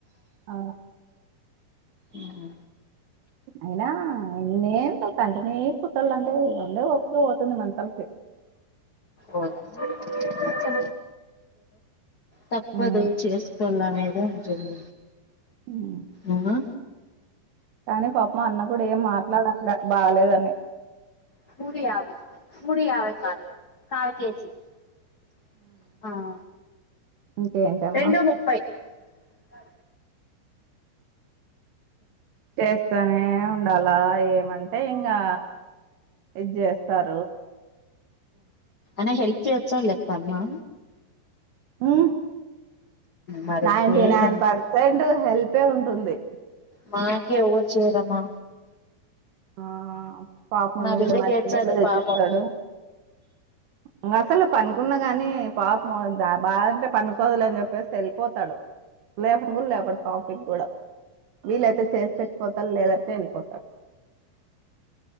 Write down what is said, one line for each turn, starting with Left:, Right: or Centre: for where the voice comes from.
Right: ఆ
Left: మ్మ్
Right: అయినాన్నేంతో కంటినే కుట్టాలంటే అందే ఒక్ పోతుంది మనుషులకి
Left: ఓకే తప్పదు
Right: హ్మ్
Left: చేసుకోవాలనే అ జలు
Right: హ్మ్
Left: ఇంకా
Right: కానీ పాపమ అన్న కూడా ఏం మాట్లాడట్లే బాలేదని
Left: కుడి ఆవై కుడి ఆవై కార్య కార్
Right: ఇంకేంటమ్మా
Left: రెండు ముప్పై అ
Right: చేస్తానే ఉండాలా ఏమంటే ఇంకా ఇది చేస్తారు
Left: అ హెల్ప్ చే వచ్చా లే ప అమ్మా
Right: మ్మ్
Left: మరి
Right: నైన్టీ
Left: ఇంకేమి
Right: నైన్ పర్సెంట్ హెల్పే ఉంటుంది
Left: మాకే ఒ చేరమా
Right: ఆ పాపముని
Left: బిడ్డ
Right: ఇళ్ళ మంచిని
Left: చేస్తది
Right: ఇళ్ళ తెచ్చిస్తాడు
Left: పాపం
Right: ఇంకా అసలు పనుకున్న గాని పాప బాగాంటే పనుకోదులే అని చెప్పేస్త వెళ్ళిపోతాడు లేపంగ లేపడు కాఫీకి కూడా వీలయితే చేసి పెట్ పోతారు లేదంటే వెళ్ళిపోతాడు